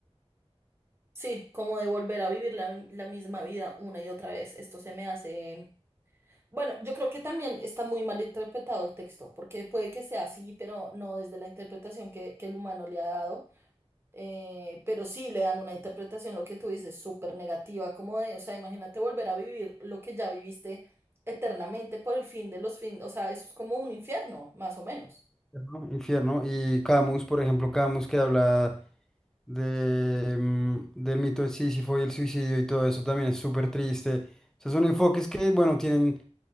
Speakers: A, on the right; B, in the centre.
A: sí, como de volver a vivir la, la misma vida una y otra vez. Esto se me hace... Bueno, yo creo que también está muy mal interpretado el texto, porque puede que sea así, pero no desde la interpretación que, que el humano le ha dado. Eh, pero sí le dan una interpretación, lo que tú dices, súper negativa, como de, o sea, imagínate volver a vivir lo que ya viviste eternamente por el fin de los fines, o sea, eso es como un infierno, más o menos.
B: Infierno. Infierno. Y Camus, por ejemplo, Camus que habla de, mm, del mito de Sísifo y el suicidio y todo eso también es súper triste. O sea, son enfoques que, bueno, tienen